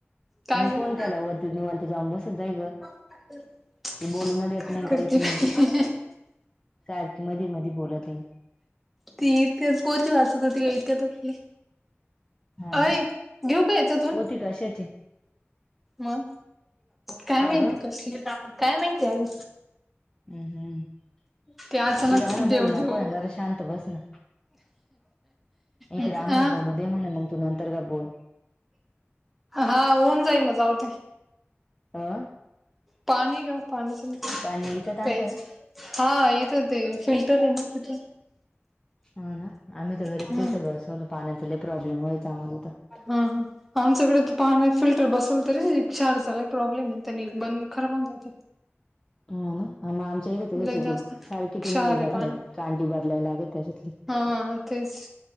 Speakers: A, in the centre; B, on the left (about 20°).
A: काय
B: मी फोन
A: ग
B: केला वरती निवांत जाऊन बसत जाय गं
A: <unintelligible>
B: ती बोलन देत
A: काय
B: नई,
A: करते
B: काहीच नई,
A: बाई
B: सारखी मधी मधी बोलते <inaudible>
A: ती इथेच पोती वाचत होती <unintelligible> त्यातली
B: हा
A: अय
B: ना.
A: घेऊ का याच्यातून
B: पोती कशाची
A: म काय
B: का
A: माहिती
B: ग
A: कसली, काय माहिती आग
B: हम्म हम्म
A: ते अचानक
B: तिला म्हण
A: देव
B: बोलु नको
A: देव
B: ना जरा शांत बस ना. इकडे
A: अ
B: आम्हाला बोलू दे. म्हणा मग तू नंतरन बोल.
A: हा होऊन जाईल ना जाऊदे.
B: अ
A: पाणी गं पाणी संपले
B: पाणी विकत आणते
A: प्यायच.
B: का
A: हा येते ते फिल्टर आहे ना तिथे.
B: हा ना आम्ही तर घरीच
A: हम्म
B: फिल्टर बसवलो. पाण्याचा प्रॉब्लेम व्हायचा आम्हाला तर.
A: हम हा आमच्याकडे पाणी फिल्टर बसल तरी चार झाला प्रॉब्लेम आहे त्यानी बंद खराब होऊन जातं.
B: हा ना मग आमच्या इथे त्याच्यासारखी
A: लय जास्त क्षार
B: ती नळी बदलायला
A: आहे पाणी
B: काठी बदलायला लागे त्याच्यातली.
A: हा तेच